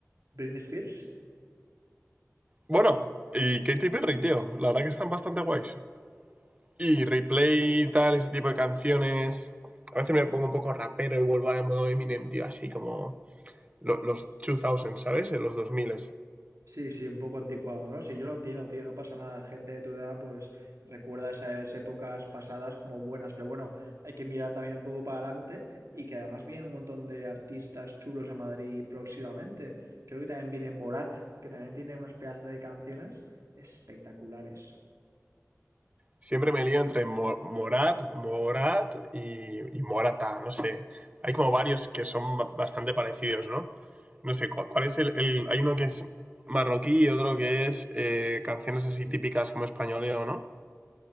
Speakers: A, on the right (about 80°); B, on the right (about 25°).
A: ¿Britney Spears?
B: Bueno, y Katy Perry, tío. La verdad que están bastante guays. Y replay y tal, ese tipo de canciones. A veces me pongo un poco rapero y vuelvo al modo Eminem, tío. Así como lo- los 2000, ¿sabes? En los 2000.
A: Sí, sí, un poco anticuado, ¿no? Sí, yo lo entiendo, tío, no pasa nada. Gente de tu edad, pues recuerda esas épocas pasadas como buenas, pero bueno, hay que mirar también un poco para adelante y que además vienen un montón de artistas chulos a Madrid próximamente. Creo que también viene Morat, que también tiene unas pedazos de canciones espectaculares.
B: Siempre me lío entre Mo- Morat, Morat y, y Morata, no sé. Hay como varios que son ba- bastante parecidos, ¿no? No sé, ¿cuál, cuál es el, el- Hay uno que es marroquí y otro que es eh, canciones así típicas como españoleo, ¿no?